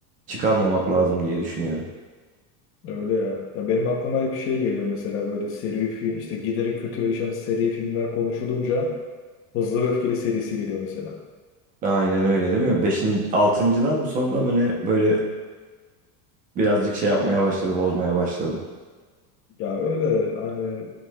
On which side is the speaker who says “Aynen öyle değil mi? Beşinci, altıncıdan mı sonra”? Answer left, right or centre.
Right